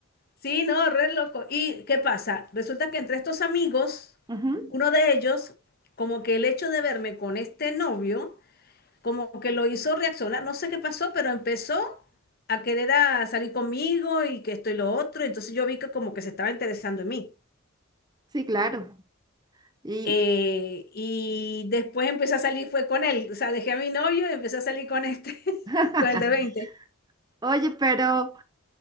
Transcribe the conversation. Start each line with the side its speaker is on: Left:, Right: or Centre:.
Left: sí, no, re loco. ¿Y qué pasa? Resulta que entre estos amigos,
Right: Ujú.
Left: uno de ellos, como que el hecho de verme con este novio, como que lo hizo reaccionar, no sé qué pasó, pero empezó a querer a salir conmigo y que esto y lo otro, entonces yo vi que como que se estaba interesando en mí.
Right: Sí, claro. Y,
Left: Eh, y después empecé a salir, fue con él, o sea, dejé a mi novio y empecé a salir con este, <laughs>
Right: <laughs>
Left: con el de veinte
Right: oye, pero